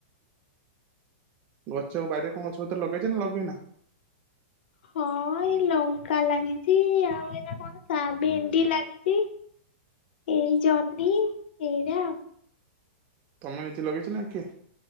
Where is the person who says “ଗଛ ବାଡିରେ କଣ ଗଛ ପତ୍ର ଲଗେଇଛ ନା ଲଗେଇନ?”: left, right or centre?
Right